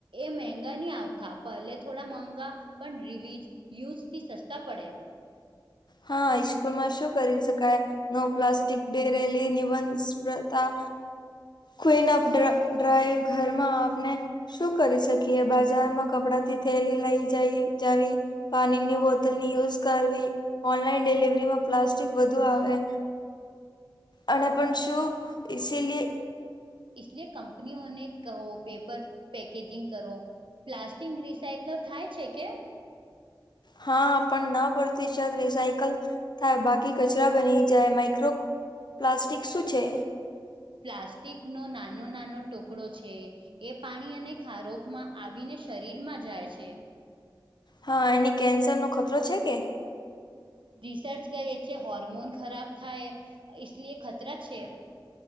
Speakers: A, on the right (about 80°); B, on the left (about 60°).
A: એ મંગા ની આવતા પહેલે થોડા મંગા પણ રિવિઝ યુઝ થી સસ્તા પડે
B: હા ઈસ્કૂલમાં શું કરી શકાય નો પ્લાસ્ટિક ઢેરેલી નિબંધ સ્પર્ધા ક્વિનઅપ ડ્રાઈવ ઘરમાં આપને શું કરી શકીએ બાજારમાં કપડા થી થેલી લઈ જઈ જવી પાણીની બોતલની યુઝ કરવી ઓનલાઈન ડિલિવરીમાં પ્લાસ્ટિક વધુ આવે અને પણ શું ઈસીલી
A: ઇસલિયે કંપનીઓને કહો પેપર પેકેજિંગ કરો પ્લાસ્ટિક રિસાયકલ થાય છે કે
B: હા પણ ના પડતી શત રિસાયકલ થાય બાકી કચરા બની જાય માઇક્રો પ્લાસ્ટિક સૂ છે
A: પ્લાસ્ટિક નો નાનો નાનો ટુકડો છે એ પાણી અને ખારોખમાં આવીને શરીરમાં જાય છે
B: હા એની કેન્સર નો ખતરો છે કે-
A: રિસર્ચ કરીએ છે હોર્મોન ખરાબ થાય લી ખતરા છે.